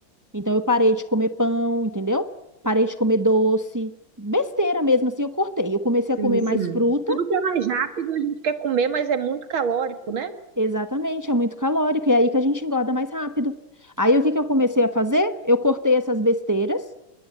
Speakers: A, on the right; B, on the right.
A: Então eu parei de comer pão, entendeu? Parei de comer doce, besteira mesmo, assim eu cortei. Eu comecei
B: Sim,
A: a comer
B: sim.
A: mais fruta,
B: Tudo que é mais rápido a gente quer comer, mas é muito calórico, né?
A: exatamente, é muito calórico, e é aí que a gente engorda mais rápido. Aí o que que eu comecei a fazer? Eu cortei essas besteiras